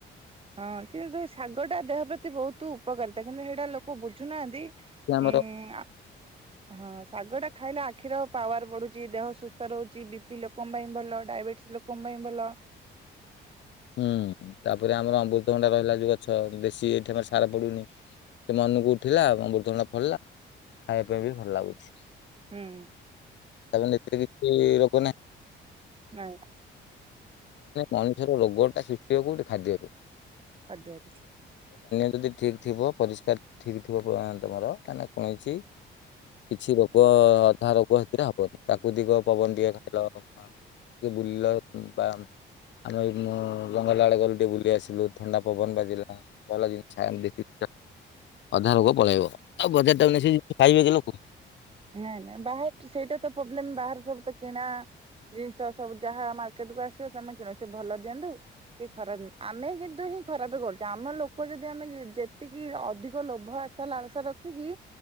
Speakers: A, on the right; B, on the left.
A: ହଁ କିନ୍ତୁ ଶାଗ ଟା ଦେହ ପ୍ରତି ବହୁତ ଉପକାରିତା କିନ୍ତୁ ହେଟା ଲୋକ ବୁଝୁନାହାନ୍ତି।
B: ଏଠି ଆମର
A: ଉଁ। ହଁ ଶାଗ ଟା ଖାଇଲେ ଆଖିର ପାୱାର ବଢୁଛି ଦେହ ସୁସ୍ଥ ରହୁଛି ବି ପି ଲୋକଙ୍କ ପାଇଁ ଭଲ ଡାଇବେଟିସ ଲୋକଙ୍କ ପାଇଁ ଭଲ।
B: ହୁଁ ତାପରେ ଆମର ଅମୃତଭଣ୍ଡା ରହିଲା ଯୋଉ ଗଛ ଦେଶୀ ଏଇଠି ଆମ ସାର ପଡୁନି ସେ ମନକୁ ଉଠିଲା ଅମୃତଭଣ୍ଡା ଫଳିଲା ଖାଇବା ପାଇଁ ବି ଭଲ ଲାଗୁଛି। ତା
A: ହୁଁ
B: ପରେ ଏଥିରେ କିଛି ବି ରୋଗ ନାହିଁ।
A: ନାଇଁ।
B: ମଣିଷ ର ରୋଗ ଟା ସୃଷ୍ଟି ହୁଏ କୋଉଠୁ ଖାଦ୍ୟ ରୁ।
A: ଆଜ୍ଞା।
B: ଯଦି ଠିକ୍ ଥିବ ପରିଷ୍କାର ଠିକ୍ ଥିବ ଘର ତାହାଲେ କୌଣସି କିଛି ରୋଗ ଅଧା ରୋଗ ହେତିରେ ହବନି ପ୍ରାକୃତିକ ପବନ ଟିକେ ଖାଇଲ ଟିକେ ବୁଲିଲ। ବା ଆମେ ଜଙ୍ଗଲ ଆଡେ ଗଲୁ ଟିକେ ବୁଲିଆସିଲୁ ଥଣ୍ଡା ପବନ ବାଜିଲା ଭଲ ଜିନିଷ ଆଣିଲି ଅଧା ରୋଗ ପଳେଇବ। ଆଉ ବଜାର ତାକୁ ନେଇ ଖାଇବେ କି ଲୋକ।
A: ନାଇଁ ନାଇଁ ବାହାର ସେଇଟା ତ ପ୍ରୋବ୍ଲେମ ବାହାରେ ସବୁ ତ କିଣା ଜିନିଷ ସବୁ ଯାହା ମାର୍କେଟ କୁ ଆସିବ ସେେ କିଣ ସେ ଭଲ ଦିଅନ୍ତୁ କି ଖରାପ ଦିଅନ୍ତୁ ଆମେ କିନ୍ତୁ ହିଁ ଖରାପ କରୁଛୁ ଆମ ଲୋକ ଯଦି ଆମେ ଯେତିକି ଅଧିକ ଲୋଭ ଆସା ଲାଳସା ରଖିକି।